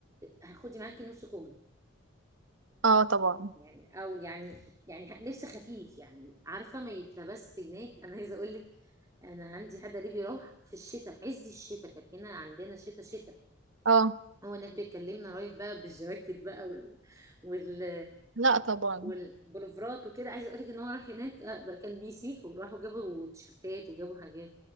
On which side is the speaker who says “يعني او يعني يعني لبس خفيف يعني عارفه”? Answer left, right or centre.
Right